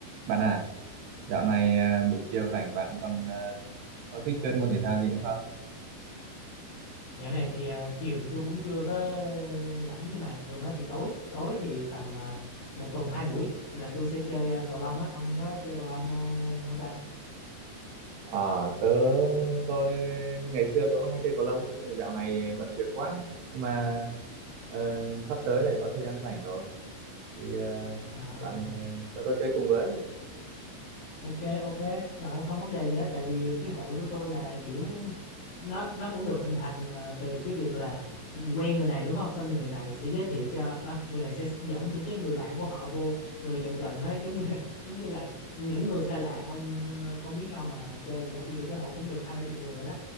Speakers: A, on the right; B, on the left.
A: Bạn à, dạo này à, buổi chiều rảnh bạn còn à, có thích chơi môn thể thao gì nữa không?
B: Dạo này thì à, chiều thì tôi cũng chưa có rảnh nhưng mà thường á thì tối tối thì tầm à, một tuần hai buổi là tôi sẽ chơi à, cầu lông á ông có chơi cầu lông à, không ta
A: Ờ, tớ tôi ngày xưa tôi cũng hay chơi cầu lông á, nhưng mà dạo này bận việc quá Nhưng mà ờ, sắp tới lại có thời gian rảnh rồi thì ờ,
B: Ờ,
A: bạn ờ, cho tôi chơi cùng với
B: ok ok Ờ, không vấn đề gì hết tại vì cái hội của tôi là kiểu nó nó cũng được hình thành ờ, từ cái việc là quen người này đúng không xong người này sẽ giới thiệu cho à, người này sẽ dẫn những cái người bạn của họ vô rồi dần dần nó giống như <laughs> giống như là những người xa lạ không không biết nhau mà chơi gì hết bây giờ cái hội cũng được hai ba chục người rồi đó